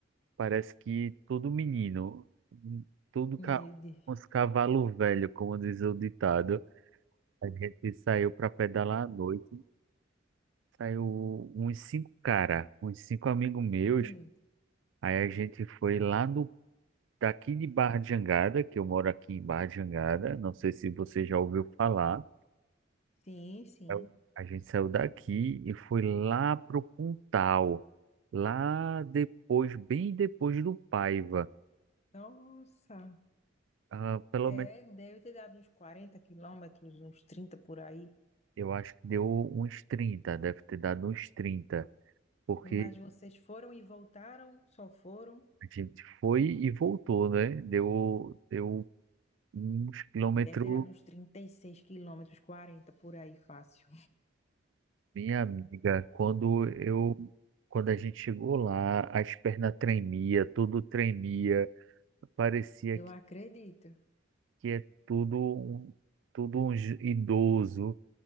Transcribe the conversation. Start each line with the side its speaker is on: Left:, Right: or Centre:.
Right: Parece que todo menino, todo
Left: Meu
Right: ca...
Left: Deus.
Right: uns cavalo velho, como diz o ditado, a gente saiu para pedalar à noite, saiu uns cinco cara, uns cinco amigos meus,
Left: Sim,
Right: aí a gente foi lá do daqui de Barra de Jangada, que eu moro aqui em Barra de Jangada, não sei se você já ouviu falar,
Left: sim, sim.
Right: Eu- a gente saiu daqui e foi lá pro Pontal, lá depois, bem depois do Paiva.
Left: Nossa.
Right: Ah, pelo
Left: É,
Right: menos
Left: deve ter dado uns 40 quilômetros, uns 30 por aí.
Right: Eu acho que deu uns trinta deve ter dado uns 30 porque
Left: Mas vocês foram e voltaram, só foram.
Right: a gente foi e voltou, né? Deu, deu uns quilômetros,
Left: Deve ter dado uns 36 quilômetros, 40 por aí, fácil.
Right: minha amiga, quando eu, quando a gente chegou lá, as pernas tremia, tudo tremia, parecia
Left: Eu
Right: que,
Left: acredito.
Right: que é tudo, um- tudo um ju- idoso,